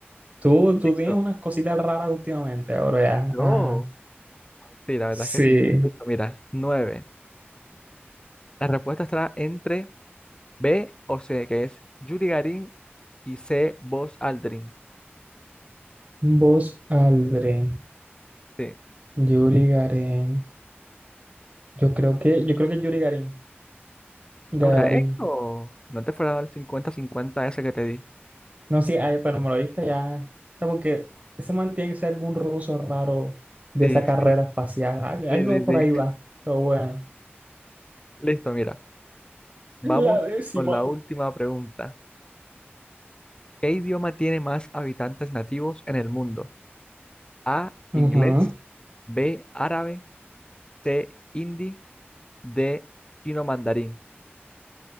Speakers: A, on the right (about 35°); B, on the left (about 20°).
A: Tú, tú
B: Listo.
A: tienes unas cositas raras últimamente, ahora ya.
B: No.
A: Ajá.
B: Sí, la verdad
A: Sí.
B: es que sí. Listo, mira, nueve. La respuesta estará entre B o C, que es Yuri Garin y C, Buzz Aldrin.
A: Vos, Aldrin,
B: Sí,
A: Yuri Gagarin. Yo creo que, yo creo que es Yuri Gagarin. Gagarin.
B: correcto. No te fuera a dar el cincuenta cincuenta ese que te di.
A: No, sí, ay, pero me lo diste ya. O sea, porque ese man tiene que ser algún ruso raro de
B: Sí,
A: esa carrera
B: sí,
A: espacial. al- Algo
B: sí, sí,
A: por
B: sí.
A: ahí va. Pero bueno.
B: Listo, mira. Vamos
A: La décima.
B: con la última pregunta. ¿Qué idioma tiene más habitantes nativos en el mundo? A, inglés,
A: Ujú.
B: B, árabe, C, hindi, D, chino mandarín.